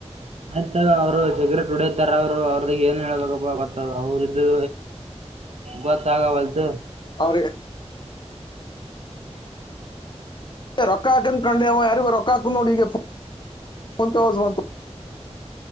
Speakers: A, on the right; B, on the left.
A: ಆಯ್ತಾಗ ಅವ್ರು ಸಿಗ್ರೇಟ್ ಹೊಡತಾರ ಅವ್ರು ಅವ್ರದ ಏನ್ ಹೇಳ್ಬೇಕಪ್ಪಾ ಗೊತ್ತ ಅವ್ರ್ದು ಗೊತ್ತಾಗವ ವಾಲ್ದ
B: ಅವರಿಗೆ ರೊಕ್ಕ ಹಾಕನ್ ಕಂಡೆ ಯಾರಿಗು ರೊಕ್ಕ ಹಾಕ್ ನೋಡಿ ಈಗೋ ತ ಬಂತು <unintelligible>